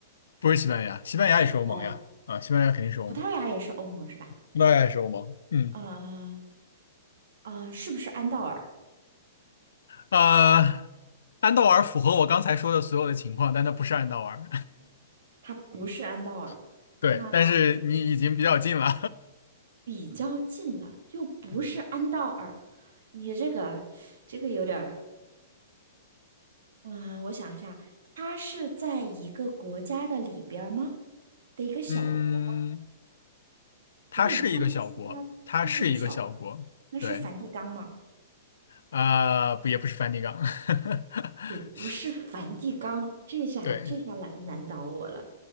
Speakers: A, on the left; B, on the right.
A: 不是西班牙，西班牙也是欧盟呀，
B: 不是西班牙，
A: 啊，西班牙肯定是欧盟，
B: 葡萄牙也是欧盟是吧？
A: 那也是欧盟，嗯，
B: 啊、啊，是不是安道尔？
A: 呃，安道尔符合我刚才说的所有的情况，但它不是安道尔，
B: 它不是安道尔，
A: <laughs> 对，
B: 那
A: 但是你已经比较近了，
B: 比较近了，又不是安道尔。
A: <laughs>
B: 你这个，这个有点儿，嗯、我想一下，它是在一个国家的里边儿吗？的一个小国？
A: 嗯，它是一个小国，
B: 不对，你刚才说它，
A: 它是一个小国，
B: 它是一个小国，那是梵蒂冈吗？
A: 对，啊、不也不是梵蒂冈，<laughs>
B: 也不是梵蒂冈，这下这下难难倒我了。
A: 对，